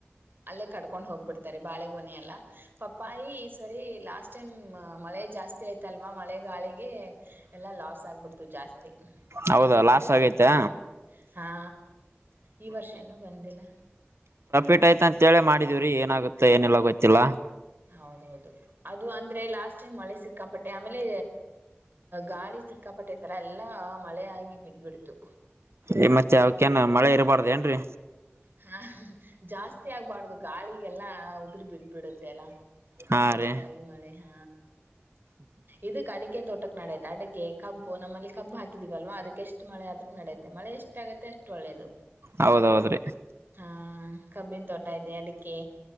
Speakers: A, on the right (about 50°); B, on the right (about 80°).
A: ಅಲ್ಲೇ ಕಡ್ಕೊಂಡ್ ಹೋಗ್ಬಿಡ್ತಾರೆ ಬಾಳೆಗೂನೆೆಯ ಅಲ್ಲ ಪಪ್ಪಾಯಿ ಸರಿ ಲಾಸ್ಟ್ ಟೈಮ್ ಮಳೆ ಜಾಸ್ತಿ ಜತಿ ಆಯತಲ್ವಾ ಮಳೆ ಗಾಳಿಗೆ ಎಲ್ಲ ಲಾಸ್ ಆಗ್ಬಿಡ್ತು ಜಾಸ್ತಿ
B: ಹೌದ
A: ಪ್ರಾಫಿಟ್
B: ಲಾಸ್
A: ಆಗ್ಲಿಲ್ಲ
B: ಆಗೈತೆ
A: ಹಾ ಹಾ ಈ ವರ್ಷ ಇನು ಬಂದಿಲ್ಲ
B: ಟ್ ಆಯ್ತ ಅಂತ ಹೇಳೇ ಮಾಡಿದೀವರಿ ಏನಾಗುತ್ತೆ ಏನಿಲ್ಲ ಗೊತ್ತಿಲ್ಲ
A: ಹೌದೌದು ಅದು ಅಂದ್ರೆ ಲಾಸ್ಟ್ ಟೈಮ್ ಮಳೆ ಸಿಕ್ಕಾಪಟ್ಟೆ ಆಮೇಲೆ ಗಾಳಿ ಸಿಕ್ಕಾಪಟ್ಟೆ ತರ ಎಲ್ಲಾ ಮಳೆ ಆಗಿ ಬಿದ್ದ್ಬಿಡ್ತು
B: ಈ ಮತ್ತೆ ಅವಕ್ಕೇಏನ ಮಳೆ ಇರಬಾರ್ದ ಏನ್ರೀ
A: ಹಾ ಜಾಸ್ತಿ ಆಗ್ಬಾರಡ್ದು ಗಾಳಿಗೆಲ್ಲಾ ಉದ್ರಬಿದ ಬಿಡುತ್ತೆ ಅಲ್ಲ
B: ಹಾ
A: ಎಷ್ಟಾಗಿ
B: ರೀ
A: ಮಳೆ ಹ ಇದಕ್ ಅಡಿಕೆ ತೋಟಕ್ ನಡೈತೆ ಅಡಿಕೆ ಕಬ್ಬು ನಮ್ಮಲ್ಲಿ ಕಬ್ಬು ಹಾಕಿದಿವಲ್ವಾ ಅದಕ್ಕೆ ಎಷ್ಟು ಮಳೆ ಆದ್ರೂ ನಡೆಯತೆೆ ಮಳೆ ಎಷ್ಟಾಗುತ್ತೆ ಅಷ್ಟ ಒಳ್ಳೇದು
B: ಹೌದೌದ್ರಿ
A: ಹಾ ಕಬ್ಬಿನ ತೋಟ ಇದೆ ಅಡಿಕೆ